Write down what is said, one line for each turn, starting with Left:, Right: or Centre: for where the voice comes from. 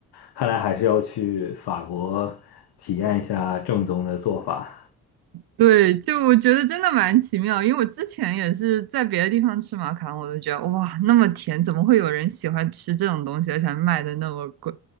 Left: 看来还是要去法国体验一下正宗的做法。
Right: 对，就我觉得真的蛮奇妙，因为我之前也是在别的地方吃马卡龙，我都觉得哇，那么甜，怎么会有人喜欢吃这种东西，而且还卖的那么贵？